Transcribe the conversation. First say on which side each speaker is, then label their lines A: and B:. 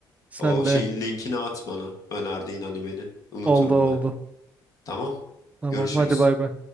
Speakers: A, on the right (about 15°); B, on the left (about 45°).
A: Sen
B: O şeyin
A: de
B: linkini at bana önerdiğin animenin. Unuturum
A: oldu oldu.
B: ben. Tamam.
A: Tamam
B: Görüşürüz.
A: hadi bay bay.